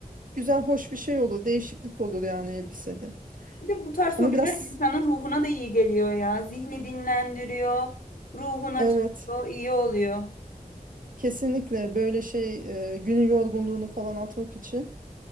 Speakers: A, on the right; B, on the left.
A: Güzel, hoş bir şey olur. Değişiklik olur yani elbisede.
B: Bir de bu tarz
A: Ama
B: hobiler
A: biraz
B: insanın ruhuna da iyi geliyor ya. Zihni dinlendiriyor. Ruhun açılıyor.
A: evet
B: iyi oluyor.
A: kesinlikle böyle şey e, günün yorgunluğunu falan atmak için